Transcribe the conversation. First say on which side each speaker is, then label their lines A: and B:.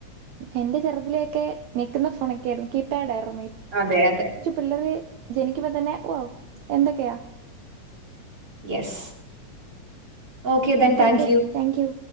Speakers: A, on the right; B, on the right.
A: എന്റെ ചെറുതിലേ ഒക്കെ ഞെക്കുന്ന ഫോണൊക്കെ ആയിരുന്നു കീപാഡയിരുന്നു.
B: അതെ അതെ
A: പിള്ളേര് ജനിക്കുമ്പ തന്നെ ഓഹ് എന്തക്കെയാ?
B: യെസ്. ഓക്കേ ദെൻ
A: അപ്പൊ
B: thank
A: okay
B: you.
A: Thank U